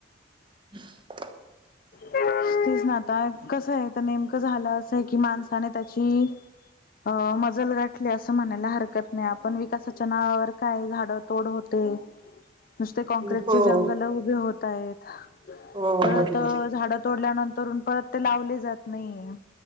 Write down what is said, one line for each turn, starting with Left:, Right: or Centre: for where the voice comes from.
Right: <inaudible>
Left: तेच ना आता कसं हाय तर नेमकं झालं असंय कि, माणसाने त्याची अ मजल गाठली असं म्हणायला हरकत नाही. आपण विकासाच्या नावावर काय झाड तोड होते. नुसते कॉक्रीटचे
Right: हो हो
Left: जंगल उभी होत आहेत.
Right: हो
Left: परत
Right: बरोबर
Left: --
Right: आहे
Left: झाडं तोडल्यानंतर, परत ते लावले जात नाहीये.